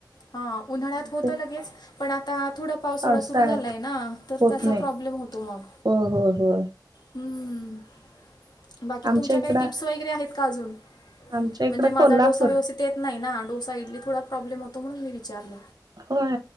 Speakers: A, on the left; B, on the right.
A: हा उन्हाळ्यात
B: आमचे
A: होत लगेच पण आता. आता थोडा पावसावाळा
B: पावसाळ्यात
A: सुरू झालाय ना तर
B: होत
A: त्याचा
B: नाही
A: प्रॉब्लेम होतो मग.
B: हो हो हो
A: हम्म. बाकी
B: आमच्या
A: तुमच्या
B: इकडं
A: काही टिप्स वगैरे आहेत का अजून
B: आमच्या इकडं
A: म्हणजे माझा
B: कोल्हापूर
A: डोसा व्यवसतित येत नाही ना. डोसा इडली तर थोाडा प्रॉब्लेम होत म्हणून मी विचारल.
B: होय